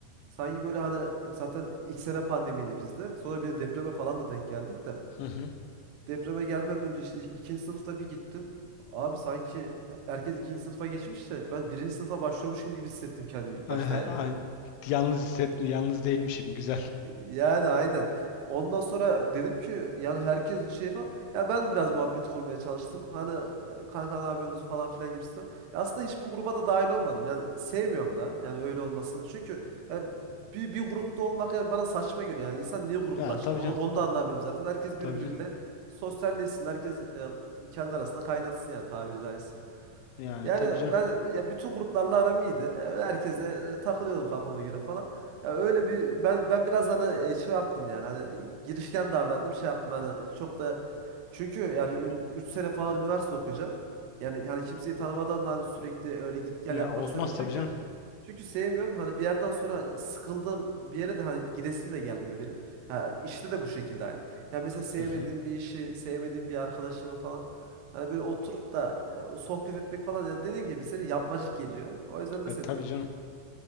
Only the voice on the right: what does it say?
Sanki böyle hani zaten ilk sene pandemiydi bizde. Sonra bir de depreme falan da denk geldik de.
Depreme gelmeden önce işte ikinci sınıfta bir gittim. Abi sanki herkes ikinci sınıfa geçmiş de ben birinci sınıfa başlıyormuşum gibi hissettim kendimi ilk
başta
yani.
Yani aynen. Ondan sonra dedim ki yani herkes şey falan. Ya ben biraz muhabbet kurmaya çalıştım. Hani e, kanka ne yapıyorsunuz falan filan gibisinden. Ya aslında hiçbir gruba da dahil olmadım. Yani sevmiyorum da yani öyle olmasını. Çünkü ya bir, bir grupta olmak yani bana saçma geliyor. Yani insan niye gruplaşır?
Onu,
onu da anlamıyorum zaten. Herkes birbiriyle
sosyalleşsin. Herkes e, kendi arasında kaynatsın yani tabiri caizse.
Yani
ben ya bütün gruplarla aram iyiydi. E, Herkesle e, takılıyordum kafama göre falan. Ya öyle bir ben ben biraz hani e, şey yaptım yani hani girişken davrandım şey yaptım hani çok da çünkü yani 3 sene falan üniversite okuyacaksın. Yani hani kimseyi tanımadan da hani sürekli öyle git gel
yapmak
istemiyorum.
Çünkü
çünkü sevmiyorum. Hani bir yerden sonra sıkıldım bir yere de hani gidesim de gelmiyor benim. Ha, işte de bu şekilde aynı. Yani mesela sevmediğim
bir işi, sevmediğim bir arkadaşımı falan hani böyle oturup da ya, sohbet etmek falan ya dediğin gibi senin yapmacık geliyor. O yüzden de
sevmiyorum.